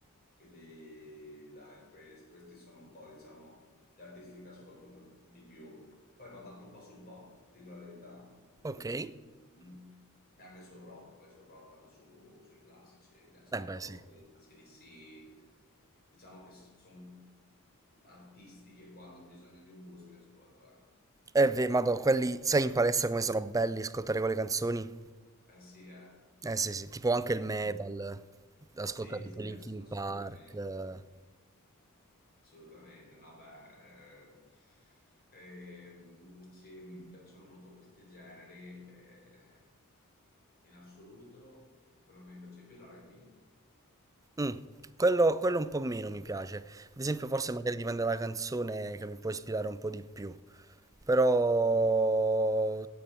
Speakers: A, on the left; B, on the right.
A: Quindi, dai, questi, questi sono un po', diciamo gli artisti che ascolto per- di più. Poi vado anche un po' sul pop, dico la verità, Mm,
B: Ok. Eh
A: mm. e anche sul rock. Poi sul rock vado su- sui classici, Guns N' Roses,
B: beh, sì.
A: AC/DC. Diciamo che sono artisti che quando ho bisogno di un boost li ascolto, ecco.
B: Eh, ve- madò, quelli, sai in palestra come sono belli ascoltare quelle canzoni?
A: Eh sì, eh.
B: Eh sì, sì, tipo anche il metal,
A: Eh,
B: ascoltare
A: Sì,
B: tipo
A: sì,
B: Linkin
A: ass- assolutamente,
B: Park. eh.
A: assolutamente. Assolutamente, no, beh, eh, ehm, sì, mi piacciono molto questi generi. eh, in assoluto, quello che mi piace di più è l'R&B.
B: Mm, Quello, quello un po' meno mi piace. Ad esempio, forse
A: Eh,
B: magari dipende dalla canzone che mi può ispirare un po' di più. Però